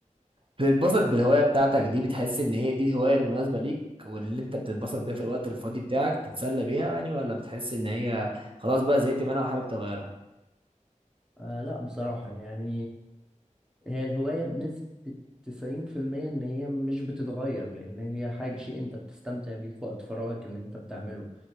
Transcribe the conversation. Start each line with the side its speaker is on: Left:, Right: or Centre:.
Right: بتتبسط بالهواية بتاعتك دي بتحس ان هي دي الهواية المناسبة ليك واللي انت بتتبسط بيها في الوقت الفاضي بتاعك تتسلى بيها يعني ولا بتحس ان هي خلاص بقى زهقت منها وحابب تغيرها
Centre: آه لا بصراحة يعني هي الهواية بنسبة 90% إن هي مش بتتغير لأن هي حاجة شيء أنت بتستمتع بيه في وقت فراغك إن أنت بتعمله